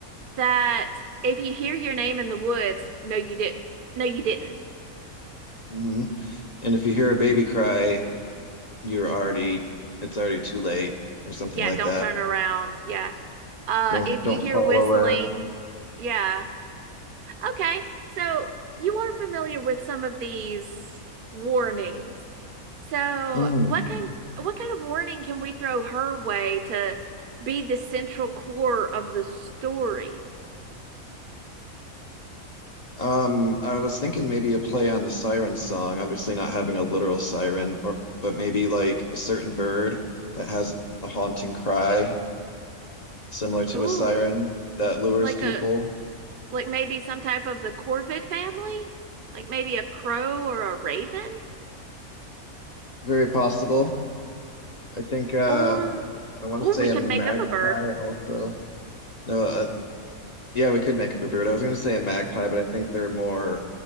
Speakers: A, on the right; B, on the left.
A: That if you hear your name in the woods, no, you didn't. No, you didn't.
B: hmm And if you hear a baby cry, you're already it's already too late or something
A: Yeah,
B: like
A: don't
B: that.
A: turn around. Yeah. Uh,
B: Don't
A: if
B: don't
A: you hear
B: follow
A: whistling,
B: it.
A: yeah, Okay, so you are familiar with some of these warnings. So,
B: hmm
A: what kind what kind of warning can we throw her way to be the central core of the story?
B: Um, I was thinking maybe a play on the siren song, obviously not having a literal siren, or but maybe like a certain bird that has a haunting cry similar to
A: Ooh,
B: a siren that lures
A: like
B: people.
A: a like maybe some type of the Corvid family? Like maybe a crow or a raven?
B: Very possible. I think uh
A: Or
B: I want
A: ooh,
B: to say
A: we could
B: a magpie
A: make up a bird.
B: also. No, uh, yeah, we could make up a bird. I was going to say a magpie, but I think they're more